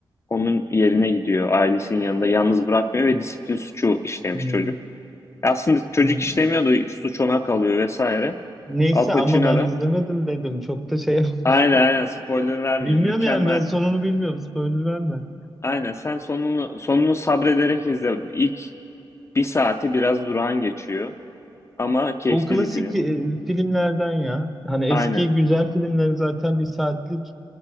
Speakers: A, on the left; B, in the centre.
A: onun yerine gidiyor. Ailesinin yanında yalnız bırakmıyor ve disiplin suçu işlemiş
B: Hmm.
A: çocuk. E, Aslında çocuk
B: Hmm.
A: işlemiyor da suç ona kalıyor vesaire.
B: Neyse
A: Al Pacino
B: ama ben
A: da
B: izlemedim dedim. Çok da şey
A: aynen
B: <laughs>
A: aynen spoiler vermiyorum.
B: Bilmiyorum
A: Mükemmel.
B: yani ben sonunu bilmiyorum. Spoiler verme.
A: Aynen sen sonunu sonunu sabrederek izle. İlk bir saati biraz durağan geçiyor ama keyifli
B: O klasik
A: bir film.
B: e, filmlerden ya. Hani eski
A: Aynen.
B: güzel filmlerin zaten bir saatlik